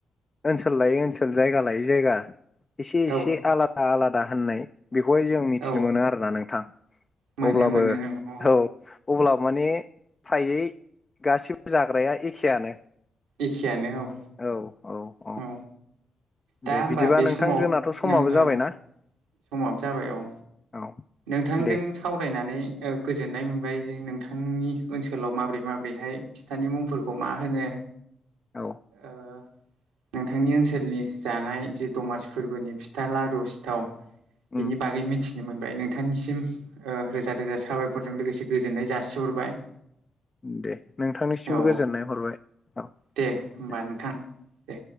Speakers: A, on the left; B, on the right.
A: ओनसोल लायै ओनसोल जायगा लायै जायगा एसे
B: औ
A: एसे आलादा आलादा होननाय बेखौहाय जों मिथिनो
B: औ
A: मोनो आरोना नोंथां
B: मोनो
A: अब्लाबो
B: मोनो नोंगौ
A: औ अब्लाबो माने फ्रायै गासिबो जाग्राया एखेयानो
B: एखेयानो औ
A: औ औ
B: औ दा
A: दे
B: होमबा
A: बिदिबा
B: बे
A: नोंथां
B: समाव
A: जोंनाथ' समाबो
B: नों
A: जाबायना
B: औ समाबो जाबाय औ
A: औ
B: नोंथांजों
A: दे
B: सावरायनानै ओ गोजोननाय मोनबाय जे नोंथांनि ओनसोलाव माबोरै माबोरैहाय फिथानि मुंफोरखौ मा होनो
A: औ
B: ओ नोंथांनि ओनसोलनि जानाय जे दमासि फोरबोनि फिथा लारु सिथाव
A: उम
B: बेनि बागै मिथिनो मोनबाय नोंथांनिसिम ओ रोजा रोजा साबायखरजों लोगोसे गो- जोननाय जासिहरबाय
A: दे नोंथांनिसिमबो
B: औ
A: गोजोननाय हरबाय औ
B: दे होमबा
A: दे
B: नोंथां दे